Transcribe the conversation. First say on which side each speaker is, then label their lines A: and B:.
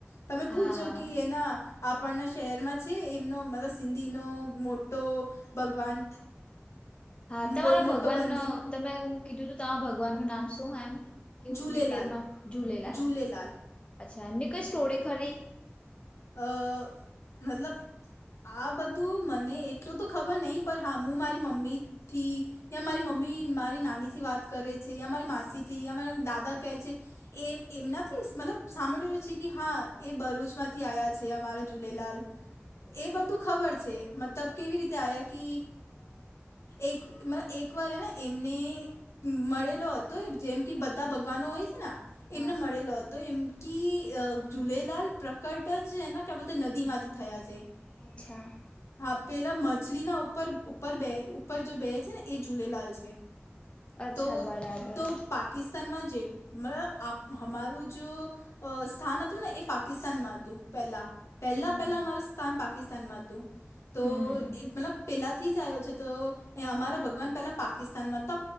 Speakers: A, on the left; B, on the left.
A: તમે પૂછજો
B: હા હા
A: કે એના આપણના શહેરમાં છે એમનો મતલબ સિંધીનો મોટો ભગવાન
B: હા તમારા
A: બો મોટો
B: ભગવાન
A: બંદીન
B: ન તમે હું કીધું તું તમારા ભગવાન ન નામ શું એમ કેવું
A: ઝૂલેલાલ
B: ડિટેલમાં ઝુલેલાલ
A: ઝૂલેલાલ
B: અચ્છા એમની કઈ સ્ટોરી ખરી
A: અ મતલબ આ બધું મને એટલું તો ખબર નહી પણ હા હું મારી મમ્મી થી યા મારી મમ્મી મારી નાની થી વાત કરે છે યા મારી માસી થી યા મારા દાદા કહે છે એ એમનાથી મતલબ સાંભળ્યું છે કે હા એ ભરૂચમાં થી આવ્યા છે અમારા ઝૂલેલાલ, એ બધું ખબર છે મતલબ કેવી રીતે આવ્યા કે, એક એકવારને એમને મળેલો હતો જેમ કે બધા ભગવાનો હોય છે ને.
B: હા
A: એમને મળેલો હતો એમ ક ઝૂલેલાલ પ્ર કટ જને કે બોલ નદીમાંથી થયા છે
B: અચ્છા
A: હા પેલા મછલીના ઉપર ઉપર બે ઉપર જો બે છે ને એ ઝૂલેલાલ છે
B: અચ્છા
A: તો
B: બરાબર
A: તો પાકિસ્તાનમાં જે મ આપ અમારું જો અ સ્થાન હતું ને એ પાકિસ્તાન માં હતું પહેલા પહેલા
B: હમ
A: પહેલા અમાર સ્થાન પાકિસ્તાનમાં હતું તો
B: હમ
A: એ મતલબ પહેલાંથી જ આવ્યો છે તો, એ અમારા ભગવાન પહેલાં પાકિસ્તાનમાં ત